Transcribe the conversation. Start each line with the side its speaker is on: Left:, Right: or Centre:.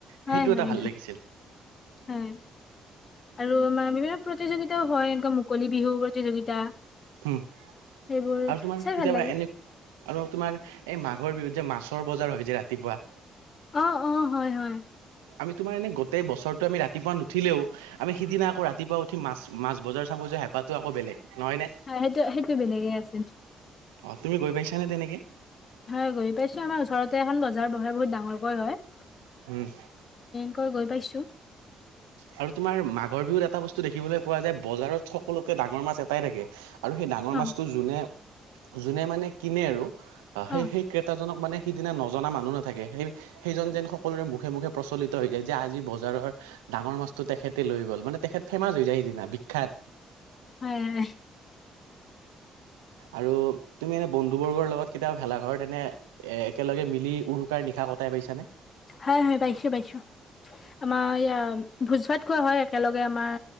Left: হয়,
Right: সেইটো
Left: হয়,
Right: এটা ভাল লাগিছিল
Left: হয়! আৰু মানে, বিভিন্ন প্ৰতিযোগি তাও হয়। এনেকুৱা, মুকলি বিহু প্ৰতিযোগিতা।
Right: উম আৰু
Left: সেইবোৰ
Right: তোমাৰ,
Left: চাই
Right: কেতিয়াবা
Left: ভাল লাগে
Right: এনে আৰু তোমাৰ এই, মা মাঘৰ বিহুত যে, মাছৰ বজাৰ হৈ যে, ৰাতিপুৱা।
Left: অ অ হয় হয়
Right: আমি তোমাৰ এনে, গোটেই বছৰটো আমি ৰাতিপুৱা নুঠিলেওঁ, আমি সিদিনা আকৌ, ৰাতিপুৱা উঠি মাছ-মাছ বজাৰ চাব যোৱা হেঁপাহটো, আকৌ বেলেগ। নহয় নে?
Left: হয়! সেইটো-সেইটো বেলেগে আছিল।
Right: অ'! তুমি গৈ পাইছানে, তেনেকে?
Left: হয়, গৈ পাইছোঁ আমাৰ ওচৰতে। এখন বজাৰ বহে, বহুত ডাঙৰকৈ হয়।
Right: উম।
Left: হয়, গৈ পাইছোঁ।
Right: আৰু তোমাৰ মাঘৰ বিহুত এটা বস্তু দেখিবলৈ পোৱা যায়। বজাৰত সকলোকে ডাঙৰ মাছ এটাই থাকে। আৰু সেই ডাঙৰ
Left: অ
Right: মাছটো যোনে, যোনে মানে কিনে আৰু
Left: অ
Right: সেই সেই ক্ৰেতাজনক মানে সিদিনা নজনা মানুহ নাথাকে, সেই সেইজন যেন সকলোৰে মুখে মুখে প্ৰচলিত হৈ যায় যে, আজি বজাৰৰ ডাঙৰ মাছটো তেখেতে লৈ গ'ল মানে তেখেত ফেমাচ হৈ যায়, সিদিনা বিখ্যাত
Left: হয়, হয়।
Right: আৰু তুমি এনে বন্ধু বৰ্গৰ লগত কেতিয়াবা ভেলাঘৰত এনে এহ একেলগে মিলি উৰু গোটেই নিশা কটাই পাইছানে?
Left: হয় হয় পাইছো পাইছো, আমাৰ ভোজ ভাত খোৱা হয় একেলগে আমাৰ